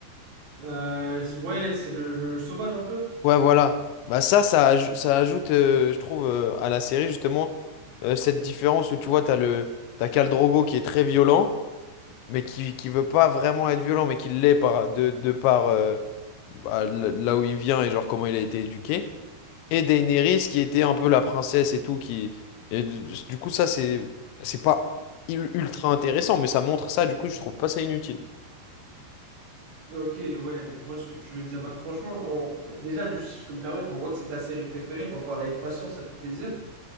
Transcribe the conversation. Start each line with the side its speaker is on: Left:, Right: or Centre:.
Right: Euh, c'est- ouais, c'est le, le sauvage un peu.
Left: Ouais, voilà. Bah ça, ça, aj- ça ajoute, euh, je trouve, euh, à la série justement euh, cette différence où tu vois t'as le t'as Khal Drogo qui est très violent mais qui, qui veut pas vraiment être violent, mais qui l'est par, de, de par euh, bah, l- là où il vient et genre comment il a été éduqué. Et Daenerys qui était un peu la princesse et tout, qui... Et du du coup, ça, c'est c'est pas ul- ultra intéressant, mais ça montre ça, du coup, je trouve pas ça inutile.
Right: Ok, ouais, je vois ce que tu veux dire. Bah franchement, on- déjà, juste si je peux me permettre, on voit que c'est ta série préférée, t'en parles avec patience, ça fait plaisir.